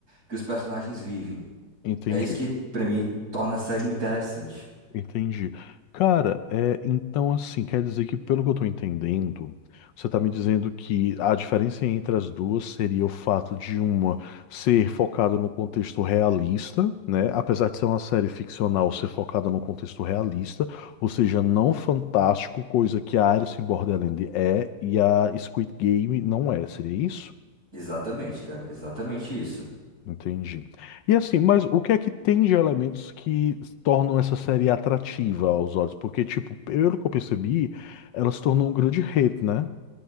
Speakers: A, on the right; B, on the left.
A: que os personagens vivem.
B: Entendi,
A: É isso que, para mim, torna a série interessante.
B: entendi. Cara, é, então assim, quer dizer que pelo que eu tô entendendo, você tá me dizendo que a diferença entre as duas seria o fato de uma ser focada no contexto realista, né? Apesar de ser uma série ficcional, ser focada no contexto realista, ou seja, não fantástico, coisa que a Alice in Borderland é e a Squid Game não é, seria isso?
A: Exatamente, cara. Exatamente isso.
B: Entendi. E assim, mas o que é que tem de elementos que tornam essa série atrativa aos olhos? Porque, tipo, pelo que eu percebi, ela se tornou um grande hit, né?